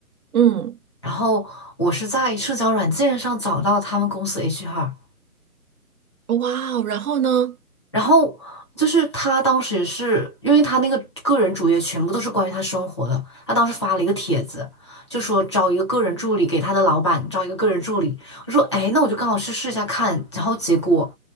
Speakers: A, on the right (about 70°); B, on the left (about 20°).
A: 嗯。
B: 然后我是在社交软件上找到他们公司 HR，
A: 哇哦，然后呢？
B: 然后就是他当时也是，因为他那个个人主页全部都是关于他生活的，他当时发了一个帖子，就说招一个个人助理给他的老板招一个个人助理。我说，哎，那我就刚好去试一下看。然后结果，